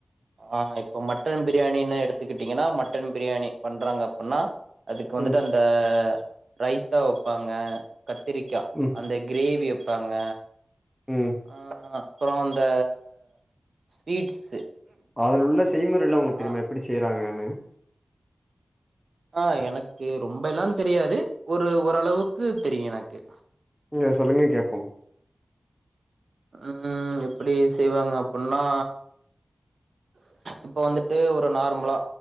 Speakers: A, on the right; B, in the centre.
A: ஆ இப்ப மட்டன் பிரியாணின்னு எடுத்துக்கிட்டீங்கன்னா மட்டன் பிரியாணி பண்றாங்க அப்பன்னா அதுக்கு வந்துட்டு
B: ம்
A: அந்த ரைத்தா வப்பாங்க கத்திரிக்கா
B: ம்
A: அந்த கிரேவிய தாங்க
B: ம்.
A: ஆ அப்புறோ அந்த ஸ்வீட்ஸு
B: அதுல உள்ள செய்முற எல்லா உங்களுக்கு
A: ஆ
B: தெரியுமா எப்படி செய்யறாங்க னு
A: ஆ எனக்கு ரொம்ப எல்லாந் தெரியாது ஒரு ஒரளவுக்கு தெரியு எனக்கு
B: எங்க சொல்லுங்க கேப்போம்
A: ம் எப்பிடி செய்வாங்க அப்பட்ன்னா இப்ப வந்துட்டு ஒரு நார்மலா